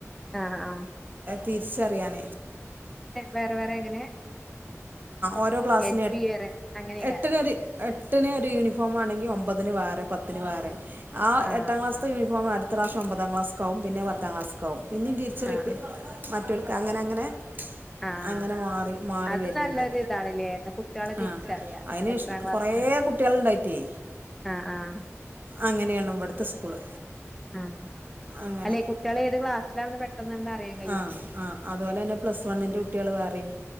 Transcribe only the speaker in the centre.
ആഹ ആഹ
വേറെ വേറെ എങ്ങനെ
എൽ പി വേറെ അങ്ങനെയൊക്കെ
ആഹ്
ആഹ്
ആഹ് ആഹ്
അത്
നല്ലൊരു ഇതാണ്ല്ലേ ന്നാ കുട്ട്യാളെ തിരിച്ചറിയാ
എത്രാം
ക്ലാസ്സിലും
ആഹ് ആഹ്
ആഹ
അല്ലെ കുട്ടികൾ ഏത് ക്ലാസ്സിലെന്ന് പെട്ടന്ന്ണ്ട് അറിയാം
ഉം